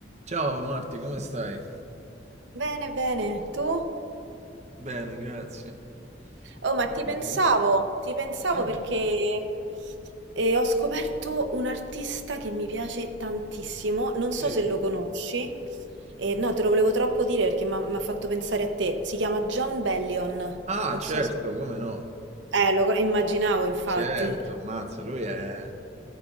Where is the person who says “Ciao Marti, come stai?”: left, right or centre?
Right